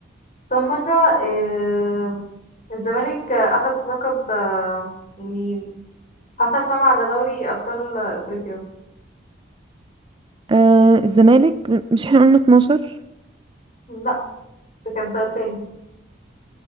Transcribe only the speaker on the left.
كم مرة آم، الزمالك أخذ لقب آه، يعني حصل فم على دوري أبطال أفريقيا
لا ده كان سؤال تاني